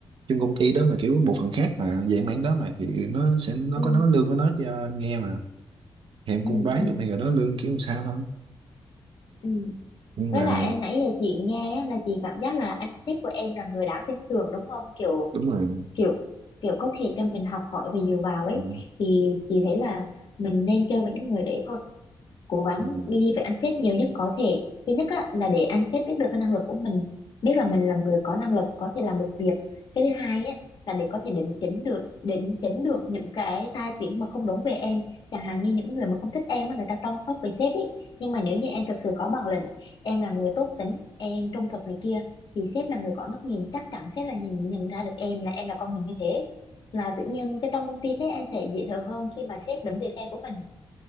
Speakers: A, on the right; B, on the left.
A: chung công ty đó mà kiểu bộ phận khác mà về mảng đó mà thì nó sẽ nó
B: ừ.
A: có nói lương của nó cho anh nghe mà thì em
B: ừ
A: cũng đoán
B: ừ
A: được mấy người đó lương kiểu làm sao thôi
B: ừ
A: nhưng
B: với
A: mà
B: lại nãy giờ chị nghe á, là chị cảm giác là anh sếp của em là người đáng tin tưởng đúng không kiểu
A: đúng rồi
B: kiểu kiểu có thể cho mình học hỏi và dựa vào ấy
A: ừ,
B: thì chị thấy là mình nên chơi với những người đấy thôi cố gắng
A: ừ,
B: đi với anh sếp nhiều nhất có thể thứ nhất á, là để anh sếp biết được cái năng lực của mình biết là mình là người có năng lực có thể làm được việc cái thứ hai á, là để có thể định chỉnh được định chỉnh được những cái tai tiếng mà không đúng về em chẳng hạn như những người mà không thích em mà người ta toan hốc về sếp ấy nhưng mà nếu như em thực sự có bản lĩnh em là người tốt tính em trung thực này kia thì sếp là người có mắt nhìn chắc chắn sếp là nhìn nhận ra được em là em là con người như thế là tự nhiên cái trong công ty cái em sẽ dễ thở hơn khi mà sếp đứng về phe của mình